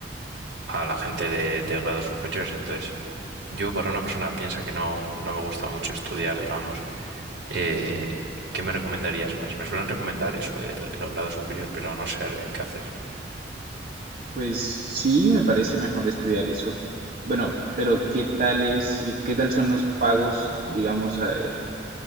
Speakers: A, on the right; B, on the right.
A: a la gente de, de grados superiores. Entonces, Yo, para una persona piensa que no, no me gusta mucho estudiar, digamos, eh, ¿qué me recomendarías más? Me suelen recomendar eso, el, el grado superior, pero no sé qué hacer.
B: Pues sí, me parece mejor estudiar eso. Bueno, pero ¿qué tal es, qué tal son los pagos, digamos, eh,